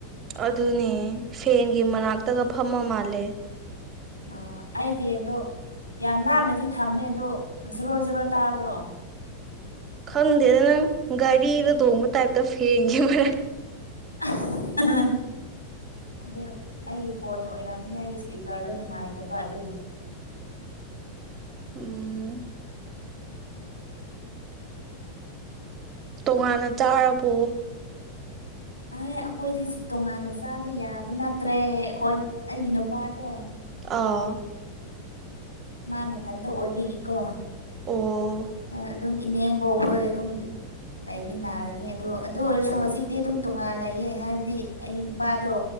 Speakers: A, on the right; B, on the left.
A: ꯑꯗꯨꯅꯦ ꯐꯦꯟꯒꯤ ꯃꯅꯥꯛꯇꯒ ꯐꯝꯃ ꯃꯥꯜꯂꯦ
B: ꯑꯣ ꯑꯩ ꯐꯦꯟꯗꯣ ꯌꯥꯝ ꯂꯥꯞꯅꯗꯤ ꯊꯝꯃꯦ ꯑꯗꯣ ꯖꯣꯔꯣ ꯖꯣꯔꯣ ꯇꯥꯕ꯭ꯔꯣ꯫
A: ꯈꯪꯗꯦꯗ ꯅꯪ ꯒꯥꯔꯤꯗ ꯇꯣꯡꯕ ꯇꯥꯏꯞꯇ ꯐꯦꯡꯒꯤ ꯃꯔꯝ꯫
B: ꯑ ꯑꯗꯨ ꯑꯩꯒꯤ ꯐꯣꯟ ꯑꯣꯏꯔꯝꯅꯤ ꯑꯩꯒꯤ ꯏꯁꯄꯤꯀꯔꯗꯣ ꯅꯨꯡꯉꯥꯏꯇꯕ ꯑꯗꯨꯏꯅꯤ꯫
A: ꯎꯝ꯫ ꯇꯣꯉꯥꯟꯅ ꯆꯥꯔꯕꯣ꯫
B: ꯑꯦ ꯑꯩꯈꯣꯏꯗꯤꯁꯨ ꯇꯣꯉꯥꯟꯅ ꯆꯥꯕ ꯌꯥꯕ ꯅꯠꯇ꯭ꯔꯦ ꯑꯩꯈꯣꯏ ꯑꯩꯒꯤ ꯅꯨꯄꯥꯗꯣ
A: ꯑꯥ꯫
B: ꯃꯥ ꯃꯊꯟꯇ ꯑꯣꯏꯕꯒꯤꯀꯣ꯫
A: ꯑꯣ
B: ꯑꯗꯨꯝ ꯏꯅꯦꯝꯕ ꯍꯣꯏ ꯑꯗꯨꯝ ꯂꯩꯅꯔꯅꯤ ꯑꯗꯨ ꯑꯗꯨ ꯑꯣꯏꯔꯁꯨ ꯍꯧꯖꯤꯛꯇꯤ ꯑꯗꯨꯝ ꯇꯣꯉꯥꯟ ꯂꯩꯌꯦ ꯍꯥꯏꯕꯗꯤ ꯑꯩ ꯅꯨꯄꯥꯗꯣ